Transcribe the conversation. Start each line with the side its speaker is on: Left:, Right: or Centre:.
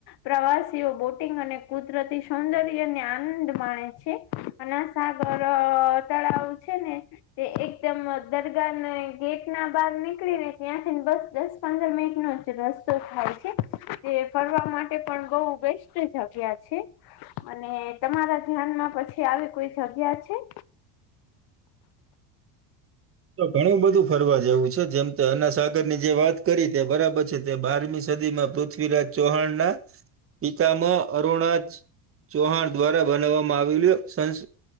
Left: પ્રવાસીઓ બોટિંગ અને કુદરતી સૌંદર્યને આનંદ માણે છે અને સાગર તળાવ છે ને તે એકદમ દરગાહ ને ગેટ ના બહાર નીકળીને ત્યાંથીને બસ દસ પંદર મીટ નો જ રસ્તો થાય છે તે ફરવા માટે પણ બઉ બેસ્ટ જગ્યા છે અને તમારા ધ્યાનમાં પછી આવી કોઈ જગ્યા છે
Right: તો ઘણું બધું ફરવા જેવું છે જેમ કે અના સાગર ની જે વાત કરી તે બરાબર છે તે બારમી સદીમાં પૃથ્ પૃથ્વીરાજ ચૌહાણના પિતામાં અરુણા જ ચૌહાણ દ્વારા બનાવવામાં આવેલ સં